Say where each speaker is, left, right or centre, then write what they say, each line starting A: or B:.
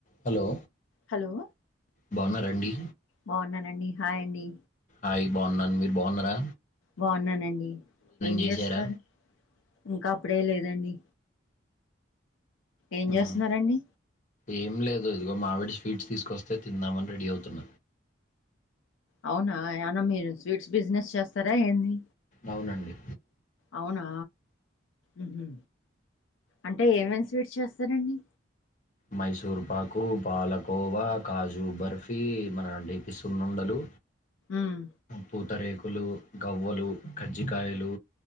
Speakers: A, on the left; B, on the left.
A: Hello
B: hello
A: బావున్నారండి?
B: బవున్నానండి hi అండి.
A: ఆయ్ బావున్నాన్. మీరు బావున్నరా?
B: బావున్నానండి, ఏం
A: చేశారా
B: జేస్తున్నారు? ఇంకా అప్పుడే లేదండి. ఏం
A: మ్మ్.
B: జేస్తున్నారండి?
A: ఏం లేదు, ఇదిగో మావిడి స్వీట్స్ తీసుకొస్తే, తిందామని రెడీ అవుతున్న.
B: అవునా? ఏమన్నా మీరు స్వీట్స్ బిజినెస్ చేస్తరా ఏంది?
A: అవునండి.
B: అవునా? ఉహు, అంటే ఏమేమి స్వీట్స్ చేస్తరండి?
A: మైసూరుపాకూ, పాలకోవా, కాజూబర్ఫీ, మన నేతి సున్నుండలు,
B: ఉమ్
A: పూతరేకులూ, గవ్వలూ, కజ్జికాయలూ,